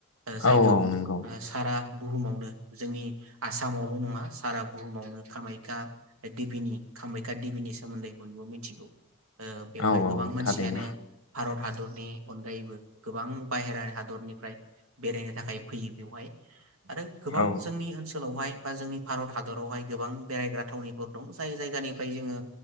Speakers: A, on the right; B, on the left.
A: जायखौ
B: औ औ
A: ओ
B: नंगौ
A: सारा बुहुमावनो जोंनि आसामावल' नङा सारा बुहुमावनो कामाख्या देबिनि खामायाख्या देबिनि सोमोन्दै बयबो मिथिगौ। ओ बेवहाय
B: औ
A: गोबां
B: औ
A: मानसियानो
B: थारैनो
A: भारत हादरनि अनगायैबो गोबां बाहेरा हादरनिफ्राय बेरायनो थाखाय फैयो बेवहाय। आरो गोबां
B: औ
A: जोंनि ओनसोलाव सोलावहाय बा जोंनि भारत हादरावहाय गोबां बेरायग्रा थावनिफोर दं जाय जाय गानिफ्राय जोङो